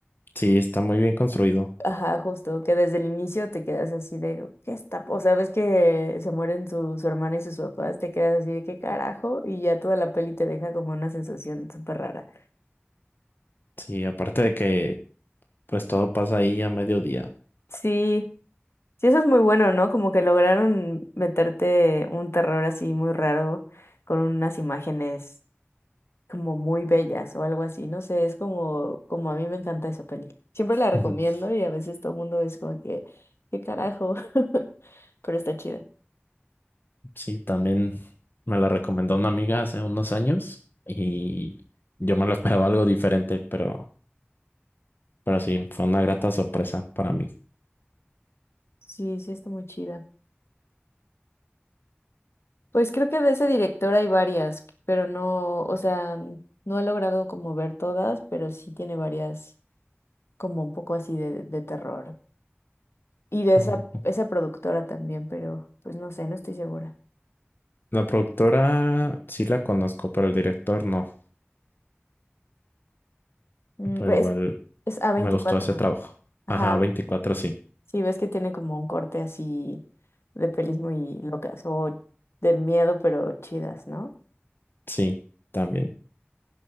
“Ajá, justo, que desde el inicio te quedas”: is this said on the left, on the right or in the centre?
Left